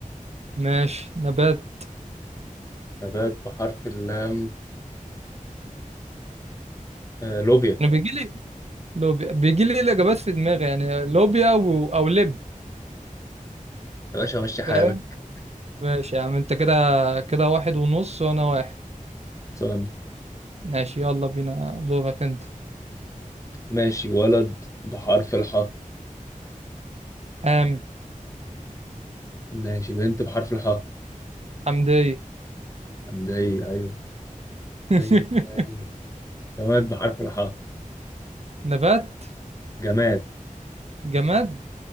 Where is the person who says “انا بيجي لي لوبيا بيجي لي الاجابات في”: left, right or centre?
Right